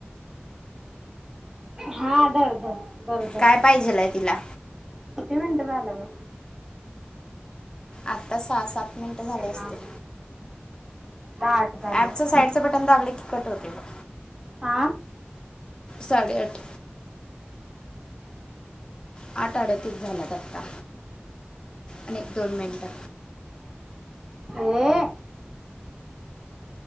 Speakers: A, on the right; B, on the left.
A: हा दर दर दर दर
B: काय पाहिजे आहे तिला
A: किती मिनिटं झाल गं
B: आत्ता सहा सात मिनिटं झाले असतील
A: थांब आता आठ झालं
B: ऍपचं साईडचं बटन दाबले कि कट होते बघ
A: हा
B: साडे आठ आठ अडतीस झाल्यात आता अनेक दोन मिनिटं
A: ये